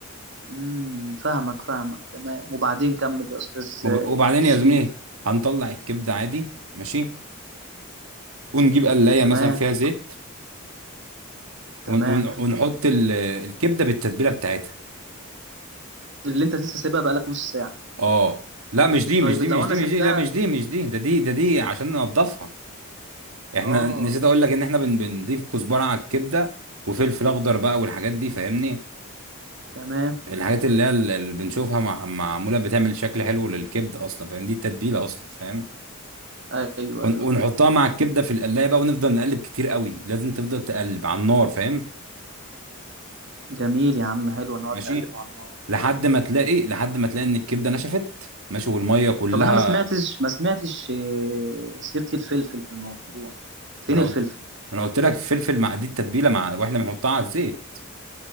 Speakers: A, on the right; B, on the right.
A: امم فاهمك فاهمك تمام وبعدين كمل يا استاذ
B: وب-
A: آه،
B: وبعدين
A: شريف
B: يا زميلي هنطلع الكبده عادي ماشي ونجيب قلايه
A: تمام
B: مثلا فيها زيت
A: تمام
B: ون ون ونحط ال- الكبده بالتتبيله بتاعتها
A: اللي انت لسه سايبها بقالك نص ساعه
B: اه لا مش دي مش
A: طيب
B: دي
A: لو
B: مش
A: انا
B: دي
A: سبتها
B: مش دي لا مش دي مش دي ده دي ده دي عشان ننضفها احنا
A: اه
B: نسيت اقول لك ان احنا بن بنضيف كزبره على الكبده وفلفل اخضر بقى والحاجات دي فاهمني
A: تمام
B: الحاجات اللي هي ال- اللي بنشوفها مع معموله بتعمل شكل حلو للكبده اصلا فاهم دي التتبيله اصلا فاهم
A: ايوه
B: ون
A: ايوه
B: ونحطها
A: فاهم
B: مع الكبده في القلايه بقى ونفضل نقلب كتير قوي لازم تفضل تقلب على النار فاهم
A: جميل يا عم حلو نقعد
B: ماشي
A: نقلب على النار
B: لحد ما تلاقي لحد ما تلاقي ان الكبده نشفت ماشي والميه كلها
A: طب انا ما سمعتش ما سمعتش آه، سيره الفلفل في الموضوع فين
B: ما انا
A: الفلفل
B: قلت ما انا قلت لك فلفل مع دي التتبيله مع واحنا بنحطها على الزيت